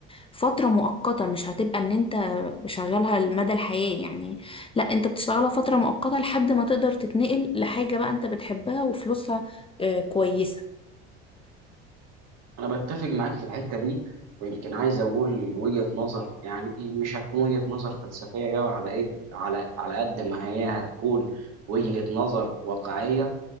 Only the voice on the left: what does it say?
فترة مؤقتة مش هتبقى إن أنت شغالها مدى الحياة يعني لا أنت بتشتغلها فترة مؤقتة لحد ما تقدر تتنقل لحاجة بقى أنت بتحبها وفلوسها آه، كويسة